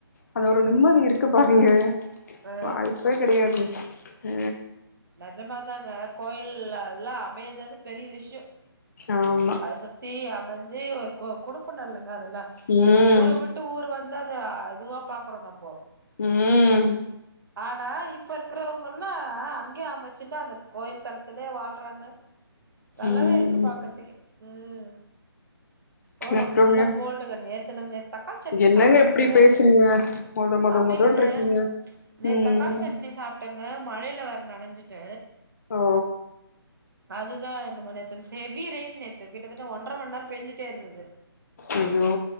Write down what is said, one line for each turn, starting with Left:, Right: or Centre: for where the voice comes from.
Left: அந்த ஒரு நிம்மதி இருக்கு பாருங்க
Right: ஆ
Left: வாய்ப்பே கெடையாது ஆ
Right: நெஜமாதாங்க கோயில்ல அதெல்லா அமய்தது பெரிய விஷிய
Left: ஆமா
Right: சுத்தி அமைஞ்சு ஒரு கு குடுப்புன இல்லங்க அதெல்லா
Left: ம்
Right: இப்ப ஊர விட் டு ஊர் வந்து அது அதுவா பாக்குறோ நம்போ
Left: ம்
Right: ஆனா இப்ப இருக்கிறவங்கல்லா அங்கயே அமைச்சுன்னா அந்த கோயில் தளத்திலயே வாழ்றாங்க <inaudible> நல்லாவே
Left: ம்
Right: இருக்கு பாக்குறதுக்கு ம் ஓ
Left: அப்றோங்க
Right: புல்லா கோல்டு க நேத் துல இந்த தக்காளி சட்னி
Left: என்னங்க
Right: சாப்டங்க
Left: இப்டி பேசுறீங்க மொத மொத
Right: அப்டி
Left: மொதன்ட்டு
Right: இல்லங்க
Left: இருக்கீங்க
Right: நேத்து
Left: ம்
Right: தக்காளி சட்னி சாப்ட்டங்க மழையில வர நனைைஞ்சிட்ட
Left: ஓ
Right: அதுதா நம்ம நேத்து எவி ரெயன் நேத் து கிட்டத்தட்ட ஒன்ற மண்நேர பேஞ்சுட்டே இருந்தது
Left: ஐயோ